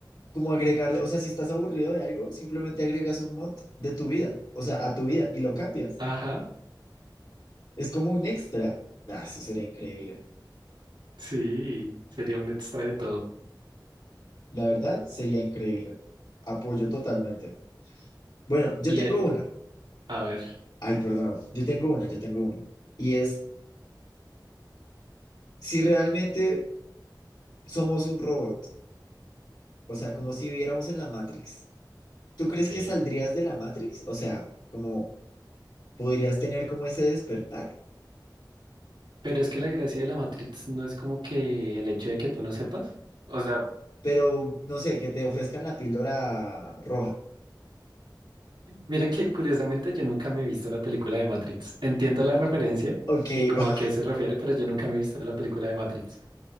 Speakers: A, on the left; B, on the right.
A: como agregarle, o sea, si estás aburrido de algo, simplemente agregas un mod de tu vida, o sea, a tu vida y lo cambias.
B: Ajá,
A: Es como un extra. Ah, eso sería increíble.
B: sí, sería un extra de todo.
A: La verdad, sería increíble. Apoyo totalmente. Bueno, yo
B: Y
A: tengo
B: ahí-
A: una.
B: A ver,
A: Ay, perdón, yo tengo una, yo tengo una. Y es, si realmente somos un robot, o sea, como si viviéramos en la Matrix, ¿tú
B: ok.
A: crees que saldrías de la Matrix? O sea, como podrías tener como ese despertar,
B: Pero es que la gracia de la Matrix no es como que el hecho de que tú no sepas. O sea,
A: pero no sé, que te ofrezcan la píldora roja.
B: mira que curiosamente yo nunca me he visto la película de Matrix. Entiendo la referencia
A: Ok,
B: y como
A: <laughs>
B: a qué se refiere, pero yo nunca me he visto la película de Matrix.